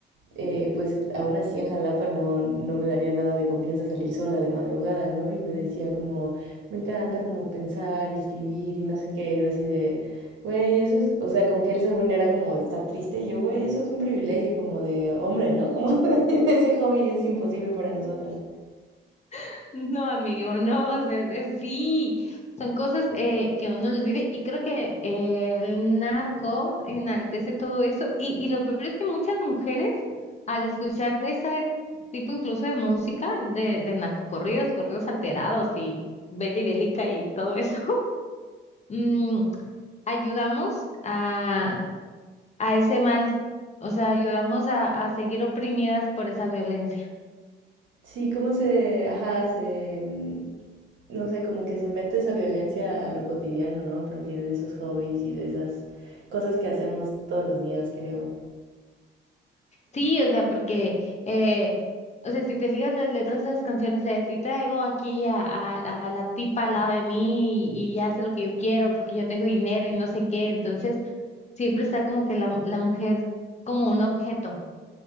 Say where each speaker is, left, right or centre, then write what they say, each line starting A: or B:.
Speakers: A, on the right; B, on the left.
A: eh, pues aún así en Jalapa no, no me daría nada de confianza salir sola de madrugada, ¿no? Y me decía como, me encanta como pensar y escribir y no sé qué, yo así de, güey, eso es, o sea, como que él según era como estar triste y yo, güey, eso es un privilegio como de hombre, ¿no? Como <laughs> ese hobby es imposible para nosotras.
B: <laughs> no, amigo, no, o sea, es- sí, son cosas eh, que uno los vive y creo que eh, el narco enaltece todo eso y, y lo peor es que muchas mujeres al escuchar ese tipo incluso de música, de, de narcocorridos, corridos alterados y beli bélica y todo eso. <laughs> ayudamos a, a ese mal, o sea, ayudamos a, a seguir oprimidas por esa violencia.
A: Sí, cómo se, ajá, se, mm, no sé, como que se mete esa violencia a lo cotidiano, ¿no? A partir de esos hobbies y de esas cosas que hacemos todos los días, creo.
B: Sí, o sea, porque, eh, o sea, si te fijas las letras de esas canciones, es, si traigo aquí a, a- a la tipa al lado de mí y, y hace lo que yo quiero porque yo tengo dinero y no sé qué, entonces siempre está como que la, la mujer como un objeto.